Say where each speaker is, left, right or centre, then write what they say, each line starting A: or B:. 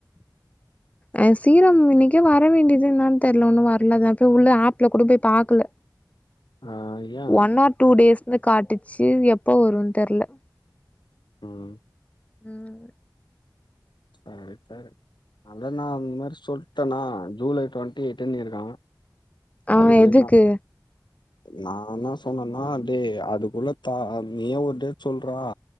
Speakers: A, on the left; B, on the left.
A: அ சீரம் இன்னைக்கே வர வேண்டியது என்னான் தெரில உன்னும் வரலேங்க போய் உள்ள ஆப்ல கூட போய் பாக்கல
B: ஆ யா
A: ஒன் ஆர் டூ டேஸ்னு காட்டுச்சு எப்ப வரும் தெர்ல
B: ம்
A: ம்
B: அது ரிப்பேர் அத நா இந் மாரி சொல்ட்டனா ஜூலை டுவெண்டி எயிட்ன்னிருக்காங்க
A: ஆ
B: அதுக்குள்யுமா
A: எதுக்கு
B: நா என்ன சொன்னன்னா டே அதுக்குள்ள தா நீயே ஒரு டேட் சொல்றா